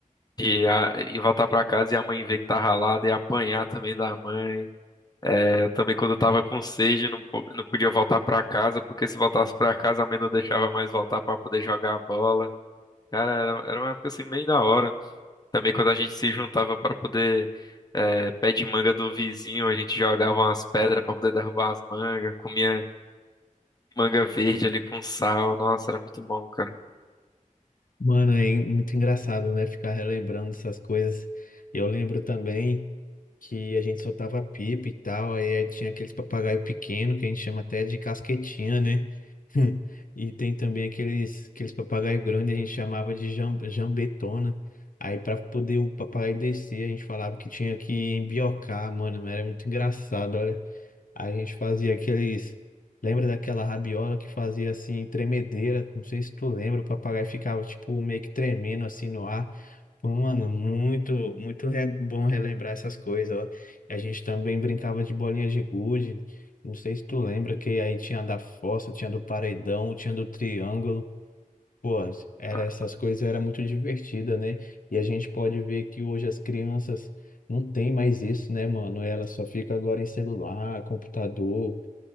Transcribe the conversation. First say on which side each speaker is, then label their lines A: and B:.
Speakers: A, on the left; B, on the left.
A: de a- e voltar pra casa e a mãe ver que tá ralado e apanhar também da mãe. É, eu também quando eu tava com sede não, po- não podia voltar pra casa, porque se voltasse pra casa a mãe não deixava mais voltar pra poder jogar a bola. Cara, era, era uma época assim bem da hora. Também quando a gente se juntava pra poder é, pé de manga do vizinho, a gente jogava umas pedras pra poder derrubar as mangas, comia manga verde ali com sal. Nossa, era muito bom, cara.
B: Mano, é muito engraçado, né? Ficar relembrando essas coisas. Eu lembro também. que a gente soltava pipa e tal, aí aí tinha aqueles papagaio pequeno que a gente chama até de casquetinha, né? <laughs> E tem também aqueles, aqueles papagaio grande, a gente chamava de jam- jambetona. Aí para poder o papagaio descer, a gente falava que tinha que embiocar, mano, era muito engraçado, a gente fazia aqueles. Lembra daquela rabiola que fazia assim, tremedeira? Não sei se tu lembra, o papagaio ficava tipo meio que tremendo assim no ar. Pô, Mano, muito, muito re- bom relembrar essas coisas, ó. A gente também brincava de bolinha de gude. Não sei se tu lembra que aí tinha a da fossa, tinha do paredão, tinha do triângulo. Pô, era
A: Ah,
B: essas coisas era muito divertida, né? E a gente pode ver que hoje as crianças não têm mais isso, né, mano? Elas só ficam agora em celular, computador,